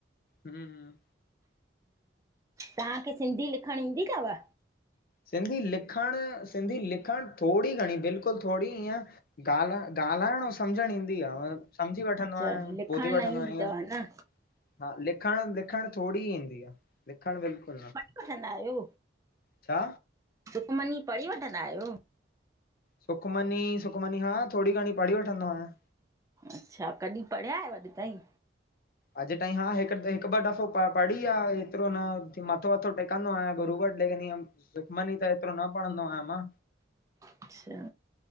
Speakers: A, on the left (about 50°); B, on the right (about 15°).
A: हम्म।
B: तां खे सिंधी लिखणु ईंदी तव?
A: सिंधी लिखण, सिंधी लिखण थोरी घणी बिल्कुलु थोरी ईअं ॻाल्हाए, ॻाल्हाइण अऊं सम्झणु ईंदी आ बस सम्झी वठंदो
B: अच्छा
A: आहियां,
B: लिखण
A: ॿुधी वठंदो
B: न ईंदी
A: आहियां
B: अथव
A: ईअं।
B: न
A: हा, लिखण, लिखण थोरी ई ईंदी आ, लिखण बिल्कुल न।
B: लिखंदायो।
A: छा।
B: सुखमनी पढ़ी वठंदा आहियो।
A: सुखमनी, सुखमनी हा थोरी घणी पढ़ी वठंदो आहियां।
B: अच्छा, कॾी पढ़िहिया आहियो अॼु ताईं।
A: अॼु ताईं हा हिकु, हिकु ॿ दफ़ो पढ़ी आ, एतिरो न मथो वथो टेकंदो आहियां गुरू वटि लेकिन ईअं, सुखमनी त एतिरो न पढ़ंदो आहियां मां।
B: अच्छा।